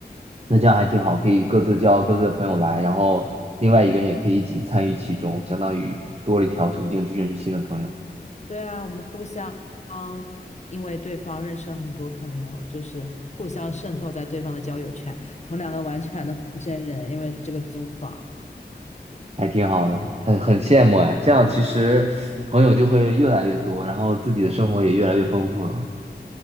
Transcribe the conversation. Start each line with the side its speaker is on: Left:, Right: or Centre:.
Right: 那这样还挺好，可以各自叫各自的朋友来，然后另外一个人也可以一起参与其中，相当于多了一条途径去认识新的朋友，
Left: 对啊，我们互相因为对方认识了很多朋友，就是互相渗透在对方的交友圈，从两个完全的陌生人，因为这个租房，
Right: 还挺好的，很很羡慕哎。这样其实朋友就会越来越多，然后自己的生活也越来越丰富了。